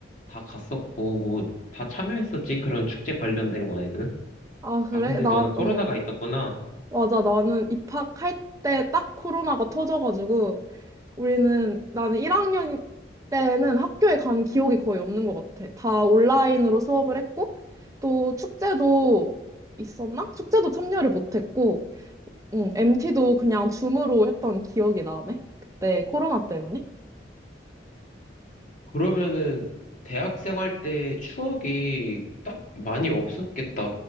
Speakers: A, on the left; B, on the right.
A: 다 갔었고 뭐 다 참여했었지. 그런 축제 관련된 거에는.
B: 아, 그래?
A: 아, 근데
B: 나,
A: 너는 코로나가
B: 응.
A: 있었구나.
B: 맞아. 나는 입학할 때 딱 코로나가 터져가지고 우리는 나는 1학년 때는 학교에 간 기억이 거의 없는 것 같아. 다 온라인으로 수업을 했고 또 축제도 있었나? 축제도 참여를 못했고 응, MT도 그냥 줌으로 했던 기억이 나네. 그때 코로나 때문에.
A: 그러면은 대학생 할 때 추억이 딱 많이 없었겠다.